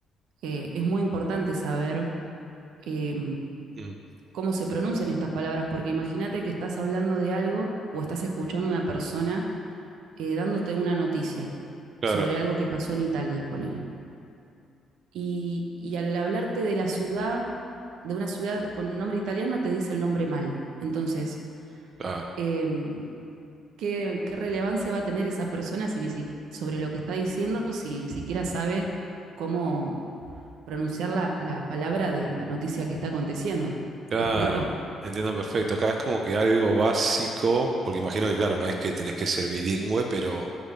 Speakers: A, on the right (about 80°); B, on the right (about 50°).
A: Eh, es muy importante saber eh,
B: Mm,
A: cómo se pronuncian estas palabras, porque imagínate que estás hablando de algo o estás escuchando a una persona eh, dándote una noticia
B: Claro,
A: sobre algo que pasó en Italia, ponele. Y, y al hablarte de la ciudad, de una ciudad con un nombre italiano, te dice el nombre mal. Entonces,
B: claro,
A: eh, ¿qué, qué relevancia va a tener esa persona si ni si- sobre lo que está diciendo si ni siquiera sabe cómo pronunciar la, la palabra de la noticia que está aconteciendo?
B: claro.
A: ¿Me explico?
B: Entiendo perfecto. Acá es como que algo básico, porque imagino que, claro, no es que tenés que ser bilingüe, pero